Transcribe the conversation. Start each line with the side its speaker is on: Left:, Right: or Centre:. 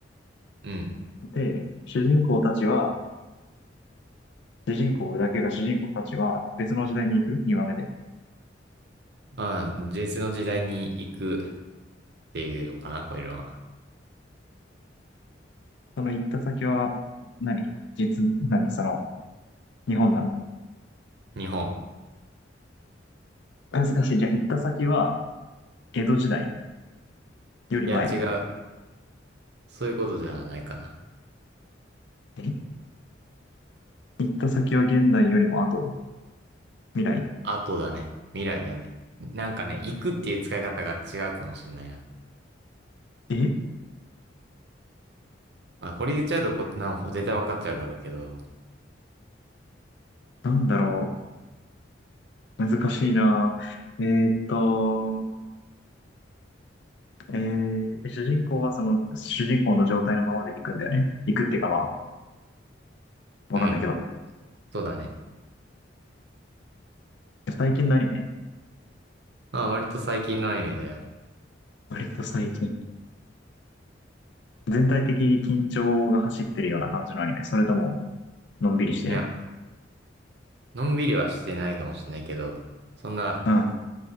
Right: うん。
Left: で、主人公たちは、主人公だけが主人公たちは別の時代に行く ?2 話目で。
Right: あ、実の時代に行くっていうのかな、こういうのは。
Left: その行った先は何、実、何その、日本なの
Right: 日本。
Left: 難しい。じゃあ、行った先は、江戸時代より前。
Right: いや、違う。そういうことじゃないかな。
Left: え行った先は現代よりも後、未来。
Right: 後だね。未来だね。なんかね、行くっていう使い方が違うかもしれないな。
Left: え
Right: まあ、これ言っちゃうとこ、な、絶対わかっちゃうだろうけど。
Left: なんだろう。難しいな。えーっと、えー、主人公はその、主人公の状態のままで行くんだよね。行くっていうかまあ、わかんないけど。
Right: うん。そうだね。
Left: 最近のアニメ
Right: まあ、割と最近のアニメだよ。
Left: 割と最近。全体的に緊張が走ってるような感じのアニメ。それとも、のんびりしてる。
Right: いや、のんびりはしてないかもしれないけど、そんな、
Left: うん。